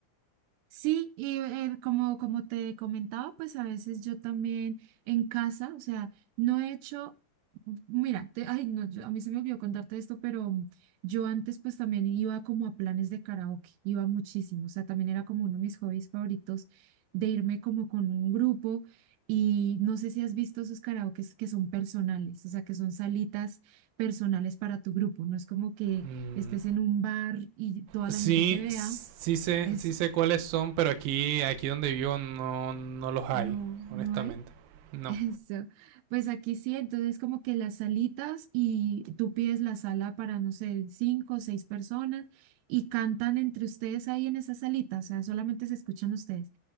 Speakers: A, on the right; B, on the right.
A: Sí, y eh, como, como te comentaba, pues a veces yo también en casa, o sea, no he hecho, mira, te- ay, no, yo- a mí se me olvidó contarte esto, pero yo antes pues también iba como a planes de karaoke, iba muchísimo, o sea, también era como uno de mis hobbies favoritos de irme como con un grupo y no sé si has visto esos karaokes que son personales, o sea, que son salitas personales para tu grupo, no es como que
B: Mm,
A: estés en un bar y toda
B: sí,
A: la gente te vea.
B: sí sé,
A: Eso.
B: sí sé cuáles son, pero aquí, aquí donde vivo no, no los hay,
A: No,
B: honestamente.
A: no hay. <laughs>
B: No.
A: Eso. Pues aquí sí, entonces como que las salitas y tú pides la sala para, no sé, cinco o seis personas y cantan entre ustedes ahí en esa salita, o sea, solamente se escuchan ustedes.